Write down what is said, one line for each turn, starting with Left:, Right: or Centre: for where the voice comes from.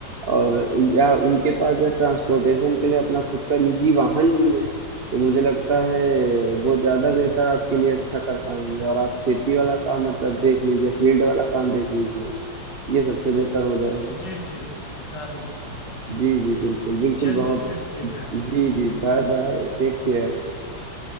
Right: और या उनके पास जो ट्रांसपोर्टेशन के लिए अपना खुद का निजी वाहन भी है तो मुझे लगता है वो ज़्यादा बेहतर आपके लिए अच्छा कर पाएंगे और आप खेती वाला काम मतलब देख लीजिए फील्ड वाला काम देख लीजिएगा ये सबसे बेहतर हो जाएगा
Left: जी, जी, सुचारू रूप से हुआ।
Right: जी जी बिल्कुल बिल्कुल
Left: चलिए
Right: बहुत
Left: फिर ठीक है।
Right: जी जी बाय बाय टेक केयर